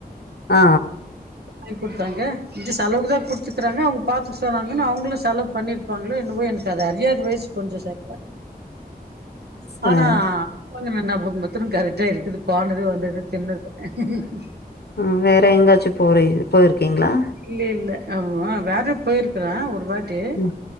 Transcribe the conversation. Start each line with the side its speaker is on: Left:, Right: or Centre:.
Left: ஆ
Right: டிக் குட்த்தாங்க இது செலவுகு தா குட்த்துக்கறாங்க அவங்க பாத்துக் சொன்னாங்கன்னு அவவுங்களு செலவு பண்ணிர்.. இருப்பாங்களோ என்னவோ எனக்கு அது அறியாத வயசு கொஞ்சோ ச..
Left: சரி
Right: ஆனா கொஞ்சமா ஞாபகம் மத்தரொ கரெக்டா இருக்குது போனது, வந்தது, தின்னது. ம்
Left: ஆ வேற எங்காச்சு போரி போயிருக்கீங்ளா?
Right: இல்ல இல்ல ஆமா வேற போயிருக்கறே ஒரு வாட்டி.
Left: ம்